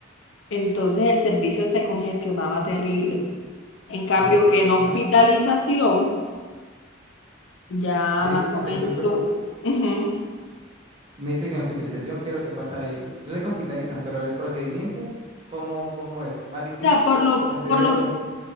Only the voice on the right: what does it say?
en-
ajá.
Sí,
sí,
te escucho.
Me dice que en hospitalización, ¿qué es lo que pasa ahí? Yo sé que hospitalizan, pero el procedimiento, ¿cómo, cómo es? ¿Más difícil,
más tedioso?